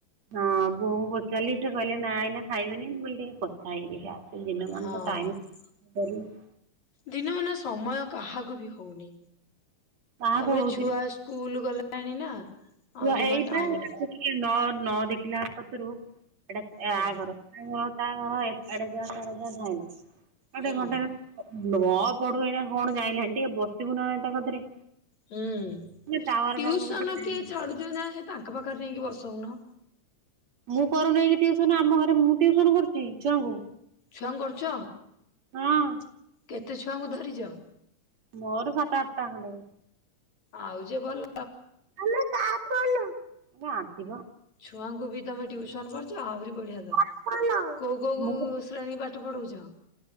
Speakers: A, on the right; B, on the left.
A: ହଁ ବୋଉଙ୍କୁ ପଚାରିଲି ସେ କହିଲେ ନା ଏଇନା ଖାଇବିନି ମୁଁ କହିଲି ଟିକେ କଥା ହେଇକି ଦେଖିଆ ଆସେ। ସେ ଦିନମାନ
B: ହଁ
A: ତ ଟାଇମ୍ <unintelligible>
B: ଦିନ ମାନ ସମୟ କାହାକୁ ବି ହଉନି
A: କାହାକୁ
B: ତାପରେ
A: ହଉଛି
B: ଛୁଆ ସ୍କୁଲ ଗଲାଣି ନା ଆଉ
A: ନା
B: ଜମା
A: ଏଇବା
B: ଟାଇମ
A: ତାକୁ ଟିକେ ନ ନଦେଖିଲା କତିରୁ ଏଇଟା
B: ହଁ
A: ଆ ଘର ଆ ଘର ତା ଘର ଇଆଡେ ସିଆଡେ ଖାଲି ଧାଇଲା। ତାକୁ
B: ହୁଁ
A: ଟିକେ ଘଣ୍ଟା କେ ନ ପଢୁ ଏଇନା କଣ ଯାଇଲାଣି ଟିକେ ବସିବୁ ନା ନା ତା କତିରେ।
B: ହୁଁ
A: ଏ ଟାୱାର
B: ଟିଉସନ
A: ଜାଗାକୁ ଗୋଟେ ଆଣିବୁ।
B: କିଏ ଛାଡୁଛନ୍ତି ନା ସେ ତାଙ୍କ ପାଖରେ ଯାଇକି ବସଉନ।
A: ମୁଁ କରୁନାହିଁକି ଟିଉସନ ଆମ ଘରେ ମୁଁ ଟିଉସନ କରୁଛି ଛୁଆଙ୍କୁ।
B: ଛୁଆଙ୍କୁ କରୁଛ?
A: ହଁ
B: କେତେ ଛୁଆଙ୍କୁ ଧରିଛ?
A: ମୋର ସାତ ଆଠଟା ଖଣ୍ଡେ।
B: ଆଉ ଯେ ଭଲ
A: ମାମା କାହା ଫୋନ? ସେ ଆଣ୍ଟି ବା।
B: ଛୁଆଙ୍କୁ ବି ତମେ ଟ୍ୟୁସନ କରୁଛ ଆହୁରି ବଢିଆ ତ
A: କାହା ଫୋନ?
B: କୋଉ କୋଉ
A: ମୁଁ
B: ଶ୍ରେଣୀ ପାଠ ପଢଉଛ?